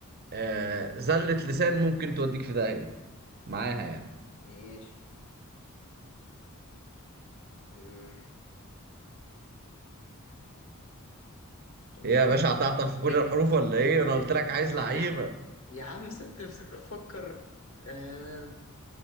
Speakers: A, on the right; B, on the left.
A: آه زلة لسان ممكن توديك في داهية معاها يعني
B: ماشي مم، طيب
A: هي يا باشا هتعطل
B: ليه
A: في كل الحروف ولا إيه أنا قلت لك عايز لعيبة
B: يا عم يا عم سبت نفسي بفكر آه...